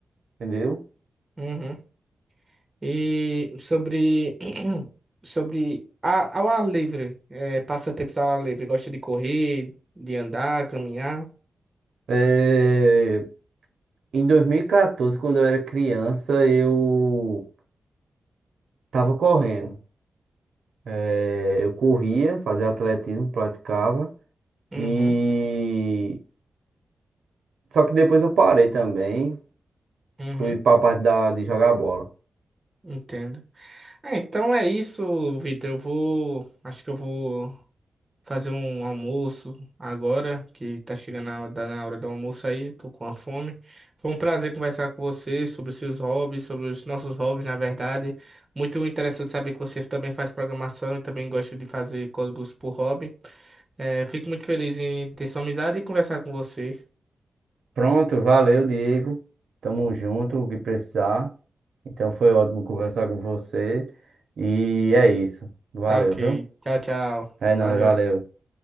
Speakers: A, on the right; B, on the right.
A: entendeu?
B: uhum. E sobre, <clears throat> sobre a, ao ar livre, é, passatempos ao ar livre, gosta de correr, de andar, caminhar.
A: É, em 2014, quando eu era criança, eu tava correndo. É, eu corria, fazia atletismo, praticava.
B: Uhum,
A: E... Só que depois eu parei também.
B: uhum,
A: Fui pra parte da, de jogar bola.
B: entendo. Ah, então é isso, Vitor. Eu vou, acho que eu vou fazer um almoço agora, que tá chegando a hora, tá na hora do almoço aí, tô com a fome. Foi um prazer conversar com você sobre seus hobbies, sobre os nossos hobbies, na verdade. Muito interessante saber que você também faz programação e também gosta de fazer códigos por hobby. É, fico muito feliz em ter sua amizade e conversar com você.
A: Pronto, valeu, Diego. Tamo junto, o que precisar. Então foi ótimo conversar com você. E é isso. Valeu,
B: Tá ok.
A: viu?
B: Tchau, tchau.
A: É nóis,
B: Valeu.
A: valeu.